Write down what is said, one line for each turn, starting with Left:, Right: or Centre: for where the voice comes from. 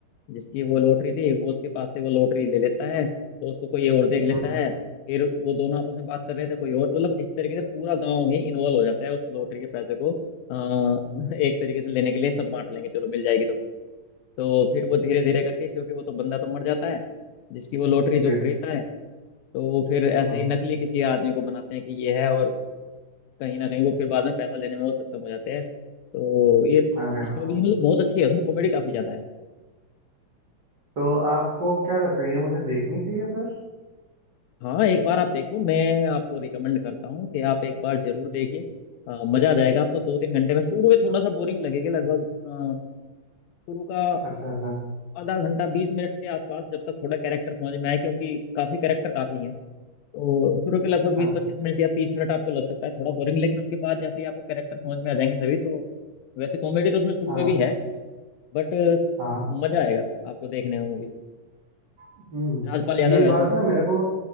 Left: जिसकी वो लॉटरी थी वो उसके पास से वो लॉटरी ले लेता है तो उसको कोई और देख लेता
Right: हम्म हम्म,
Left: है फिर वो दोनों आपस में बात कर रहे थे कोई और मतलब इस तरीके से पूरा गांव ही इन्वॉल्व हो जाता है उस लॉटरी के पैसे को अ, <laughs> एक तरीके से लेने के लिए सब बांट लेंगे चलो मिल जाएगी तो तो फिर वो धीरे धीरे करके क्योंकि वो तो बंदा तो मर जाता है जिसकी वो लॉटरी जो
Right: जी
Left: खरीदता है तो वो फिर ऐसे
Right: हम्म
Left: ही नकली किसी आदमी को बनाते हैं कि ये है और कहीं ना कहीं वो फिर बाद में पैसा लेने में वो सक्षम हो जाते हैं तो ये
Right: अरे
Left: स्टोरी
Right: वाह
Left: मतलब बहुत अच्छी है उसमें कॉमेडी काफी ज्यादा है
Right: तो आपको क्या लगता है ये मुझे देखनी चाहिए फिर
Left: हाँ एक बार आप देखो मैं आपको रिकमेंड करता हूँ कि आप एक बार जरूर देखिए अ, मजा आ जाएगा आपको दो तीन घंटे में शुरू में थोड़ा सा बोरिंग लगेगी लगभग अ, शुरू का
Right: अच्छा अच्छा
Left: आधा घंटा बीस मिनट के आसपास जब तक थोड़ा कैरेक्टर समझ में आए क्योंकि काफी कैरेक्टर काफी हैं तो शुरू के लगभग बीस
Right: अच्छा
Left: पच्चीस मिनट या तीस मिनट आपको लग सकता है थोड़ा बोरिंग लेकिन उसके बाद जैसे ही आपको कैरेक्टर समझ में आ जाएंगे सभी तो वैसे कॉमेडी तो उसमें शुरू
Right: हाँ
Left: में भी है बट
Right: हाँ
Left: मजा आएगा आपको देखने में मूवी
Right: हम्म
Left: राजपाल यादव
Right: ये
Left: है
Right: बात
Left: उसमें
Right: ना मेरे को